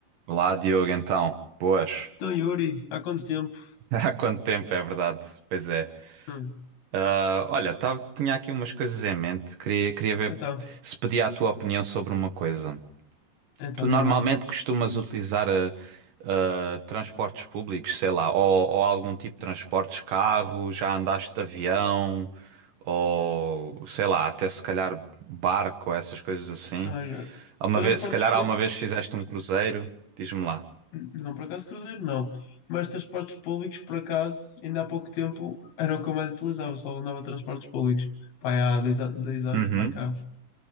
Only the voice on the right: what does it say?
Olá, Diogo, então. Boas.
<laughs> Há quanto tempo, é verdade. Pois é.
Ah, olha, tava, tinha aqui umas coisas em mente. Queria, queria ver
se pedia a tua opinião sobre uma coisa.
Tu normalmente
costumas utilizar ah, ah, transportes públicos, sei lá, ou, ou algum tipo de transportes, carro, já andaste de avião, ou sei lá, até se calhar barco, essas coisas assim.
Alguma
vez, se calhar
alguma vez fizeste um cruzeiro, diz-me lá.
Uhum.